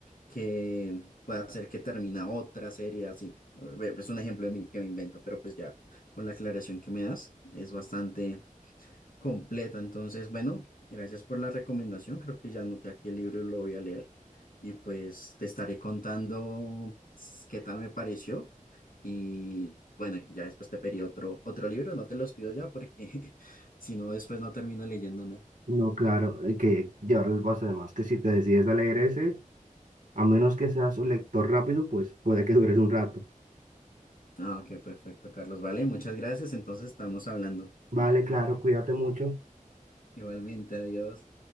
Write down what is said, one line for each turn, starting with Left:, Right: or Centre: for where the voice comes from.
Left: que pueda hacer que termina otra serie así. Eh, Es un ejemplo de mí que me invento, pero pues ya con la aclaración que me das es bastante, completa. Entonces, bueno, gracias por la recomendación. Creo que ya anoté aquí el libro y lo voy a leer. Y pues te estaré contando s- qué tal me pareció. Y bueno, ya después te pedí otro, otro libro. No te los pido ya porque <laughs> si no, después no termino leyendo nada.
Right: no, claro, eh, que llevarles el paso de más, que si te decides a leer ese, A menos que seas un lector rápido, pues puede que dures un rato.
Left: Ah, ok, perfecto, Carlos. Vale, muchas gracias. Entonces estamos hablando.
Right: Vale, claro, cuídate mucho.
Left: Igualmente, adiós.